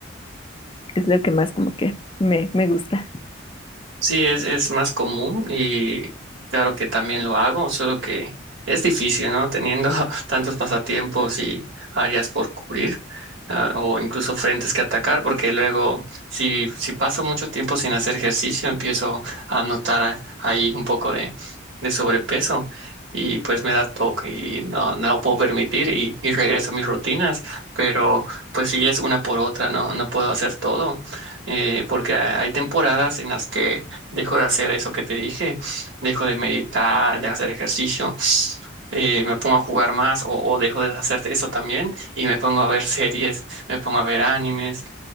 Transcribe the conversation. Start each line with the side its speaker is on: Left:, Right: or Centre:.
Left: Es lo que más como que me, me gusta.
Right: Sí, es, es más común y claro que también lo hago, solo que es difícil, ¿no? Teniendo <laughs> tantos pasatiempos y áreas por cubrir, ah, o incluso frentes que atacar, porque luego si, si paso mucho tiempo sin hacer ejercicio, empiezo a notar a- ahí un poco de, de sobrepeso y pues me da toque y no, no lo puedo permitir y, y regreso a mis rutinas, pero pues sí es una por otra, ¿no? No puedo hacer todo, eh, porque hay temporadas en las que dejo de hacer eso que te dije, dejo de meditar, de hacer ejercicio, eh, me pongo a jugar más o, o dejo de hacer eso también y me pongo a ver series, me pongo a ver animes,